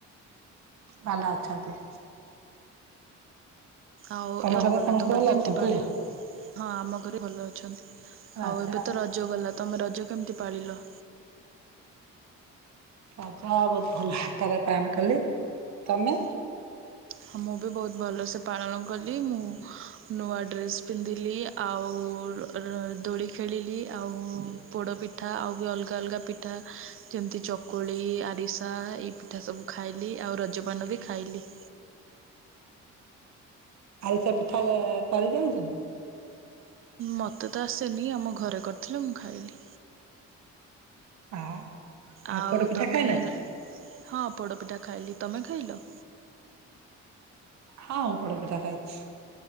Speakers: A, on the right; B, on the right.
A: ଭଲ ଅଛନ୍ତି।
B: ହଉ
A: ତମ
B: ରଜ
A: ଘରେ
B: ଗଲା
A: ସମସ୍ତେ
B: ତ ମତ
A: ଭଲ
B: କେମତି
A: ଅଛନ୍ତି?
B: ପଳୀଲ? ହଁ ଆମ ଘରେ ଭଲ ଅଛନ୍ତି
A: ରାଜା
B: ଆଉ ଏବେ ତ ରଜ ଗଲା ତମେ ରଜ କେମିତି ପାଳିଲ?
A: ରଜ ବହୁତ ଭଲ ଆକାରରେ ପାଳନ କଲି ତମେ?
B: ହଁ ମୁଁ ବି ବହୁତ ଭଲସେ ପାଳନ କଲି ମୁଁ ନୂଆ ଡ୍ରେସ୍ ପିନ୍ଧିଲି ଆଉ ର ଦୋଳି ଖେଳିଲି ଆଉ ପୋଡ ପିଠା ଆଉ ବି ଅଲଗା ଅଲଗା ପି ଠା ଯେମିତି ଚକୁଳି ଆରିସା ଏଇ ପିଠା ସବୁ ଖାଇଲି ଆଉ ରଜପାନ ବି ଖାଇଲି।
A: ଆରିଷା ପିଠା କରି ଜାଣିଛନ୍ତି?
B: ମତେ ତ ଆସେନି ଆମ ଘରେ କରିଥିଲେ ମୁଁ ଖାଇଲି।
A: ଆଉ
B: ଆଉ
A: ପୋଡ ପିଠା
B: ତମେ
A: ଖାଇନାହାନ୍ତି?
B: ରେ ହଁ ପୋଡପିଠା ଖାଇଲି ତମେ ଖାଇଲ?
A: ହଁଁ ଉଁ ପୋଡପିଠା ଖାଇଚି।